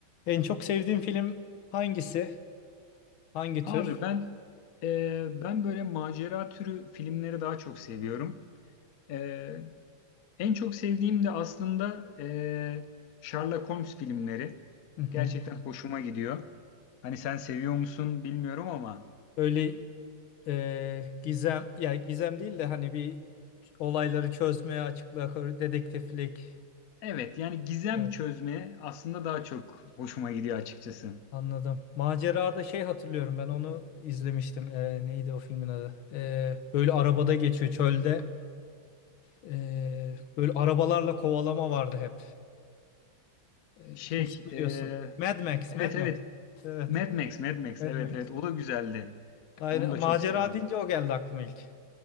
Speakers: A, on the left; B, on the left.
A: En çok sevdiğin film hangisi? Hangi
B: Abi
A: tür?
B: ben e, ben böyle macera türü filmleri daha çok seviyorum. E, en çok sevdiğim de aslında e, Sherlock Holmes filmleri.
A: Hı hı.
B: Gerçekten hoşuma gidiyor. Hani sen seviyor musun bilmiyorum ama
A: Böyle e, gizem ya gizem değil de hani bir olayları çözmeye, açıklığa, kavur- dedektiflik.
B: evet yani gizem
A: Evet,
B: çözme aslında daha çok hoşuma gidiyor açıkçası.
A: anladım. Macerada şey hatırlıyorum ben onu izlemiştim. E, neydi o filmin adı? E, böyle arabada geçiyor çölde. E, böyle arabalarla kovalama vardı hep. E,
B: Şey
A: kesin biliyorsun.
B: e,
A: Mad Max,
B: evet
A: Mad Max.
B: evet
A: Evet,
B: Mad Max Mad Max
A: Mad
B: evet
A: Max.
B: evet o da güzeldi.
A: Aynen
B: Onu da
A: macera
B: çok sevdim.
A: deyince o geldi aklıma ilk.